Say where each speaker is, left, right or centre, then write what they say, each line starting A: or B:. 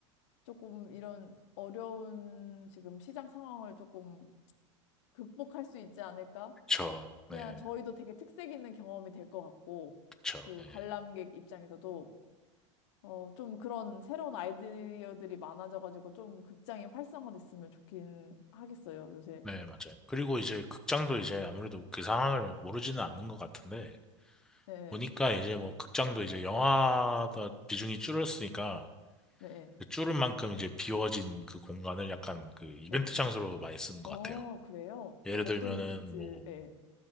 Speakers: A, on the left; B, in the centre.
A: 조금 이런 어려운 지금 시장 상황을 조금 극복할 수 있지 않을까?
B: 그쵸.
A: 그냥
B: 네,
A: 저희도 되게 특색 있는 경험이 될 것 같고,
B: 그쵸.
A: 그
B: 네,
A: 관람객 입장에서도, 어, 좀 그런 새로운 아이디어들이 많아져가지고 좀 극장이 활성화됐으면 좋긴 하겠어요, 요새.
B: 네, 맞아요. 그리고 이제 극장도 이제 아무래도 그 상황을 모르지는 않는 것 같은데
A: 네,
B: 보니까 이제 뭐 극장도 이제 영화다 비중이 줄었으니까
A: 네,
B: 그 줄은 만큼 이제 비워진 그 공간을 약간 그 이벤트
A: 네.
B: 장소로 많이 쓰는 것
A: 어,
B: 같아요.
A: 그래요?
B: 예를
A: 어떤
B: 들면은
A: 이벤트에?
B: 뭐